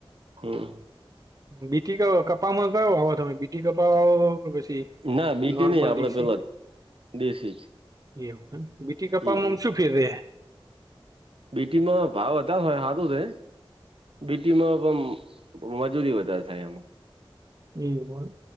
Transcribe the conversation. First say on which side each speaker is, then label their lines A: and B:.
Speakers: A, on the right (about 70°); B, on the right (about 40°).
A: હમ
B: બીટી કપામાં કયો વાવો તમે બીટી કપા વાવો કો પછી.
A: ના બીટી
B: નોર્મલ
A: નહી આપડે
B: ડીસી
A: પેલા દેશી જ
B: એવું એમ ને, બીટી કપામાં
A: હમ
B: ઓમ શું. ફીરરે.
A: બીટીમાં ભાવ વધારે હોય હારુ રે, બીટીમાં પણ. મજૂરી વધારે થાય એમાં.
B: એ હોય.